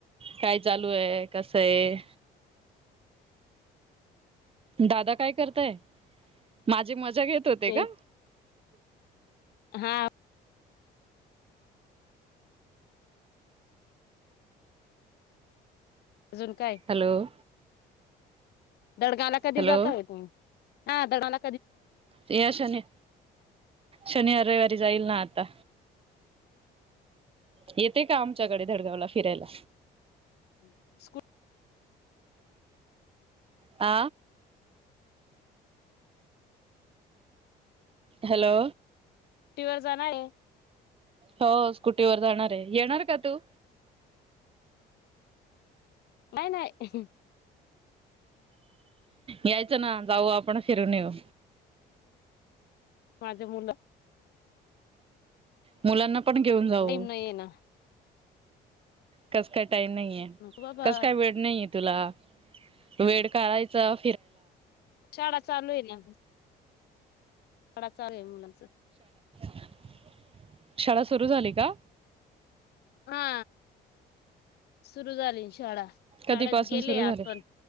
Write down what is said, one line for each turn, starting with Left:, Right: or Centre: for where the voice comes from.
Right: काय चालू आहे कस आहे दादा काय करताय माझी मजा घेत होते
Left: ते
Right: का?
Left: हा. अजून काय?
Right: हॅलो
Left: दडगा ला कधी
Right: हॅलो
Left: जाताय तुम्ही हा दडगा
Right: या शनी शनिवार, रविवारी जाईल ना आता येते का आमच्याकडे धडगावला फिरायला?
Left: हम् स्कू
Right: आ हॅलो
Left: की जाना आहे.
Right: हो स्कुटीवर जाणार आहे. येणार का तू?
Left: नाही नाही.
Right: यायचं ना जाऊ आपण फिरून येऊ.
Left: माझ्या मुलं
Right: मुलांना पण घेऊन जाऊ.
Left: टाईम नाही ना
Right: कस काय टाईम नाहीये
Left: बाबा
Right: कस काय वेळ नाहीे तुला वेळ काढायचं.
Left: शाळा चालू आहे ना शाळा चालू आहे मुलांच
Right: <inaudible> सुरू झाली का?
Left: हा. सुरू झाली शाळा
Right: कधीपासून
Left: शाळेत गेले
Right: सुरू
Left: आज
Right: झाले
Left: पण